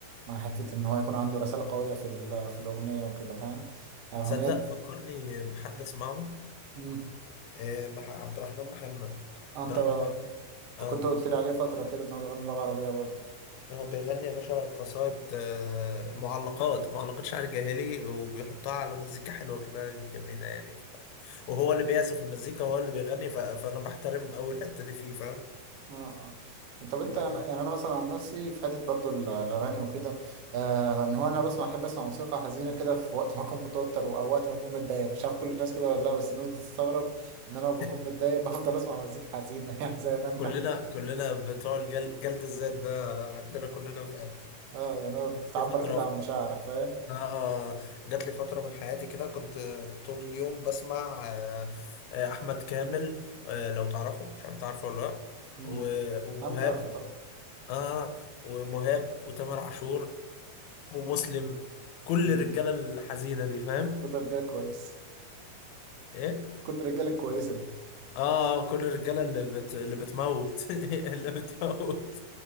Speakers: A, on the right; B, on the left.
A: مع حته ان هو يكون عنده رساله قويه في ال... في الاغنيه وكده فاهم اغنيات
B: تصدق فكرني بحد اسمعه
A: مم.
B: إيه مح... عبد الرحمن محمد
A: آه،
B: عبد
A: انت
B: الرحمن محمد
A: أنت
B: اه
A: كنت قلت لي عليه فتره كده ان هو بيغني لغه عربيه برضه
B: هو بيغني يا باشا قصائد آه، معلقات معلقات شعر جاهلي وبيحطها على مزيكا حلوة كده جميلة يعني ف... وهو اللي بيعزف المزيكا هو اللي بيغني ف... فأنا بحترم أول الحتة دي فيه فاهم
A: اه اه طب انت
B: آه.
A: يعني انا مثلا عن نفسي في حته برضو ال- الاغاني وكده آه ان هو انا بسمع احب اسمع موسيقى حزينه كده في وقت ما اكون متوتر او وقت ما اكون متضايق مش عارف كل الناس كده ولا لا بس الناس بتستغرب ان انا لما بكون
B: <laughs>
A: متضايق <laughs> بفضل اسمع مزيكا حزينه <laughs> يعني زي اغاني
B: كلنا
A: تحت
B: كلنا بتوع الجل... جلد الذات ده عندنا كلنا فعلا
A: اه يعني هو بتعبر
B: جات لي فترة
A: كده عن مشاعرك فاهم
B: آه آه، جات لي فترة من حياتي كده كنت طول اليوم بسمع آه آه، أحمد كامل آه لو تعرفه مش عارف تعرفه ولا لأ
A: امم
B: و... ومهاب
A: انت عارفه طبعا
B: آه ومهاب وتامر عاشور ومسلم كل
A: مم.
B: الرجالة الحزينة دي فاهم
A: كل الرجاله كويس
B: إيه؟
A: كل الرجاله كويسه دي
B: آه آه، كل الرجالة اللي بت... اللي بتموت <laughs> اللي بتموت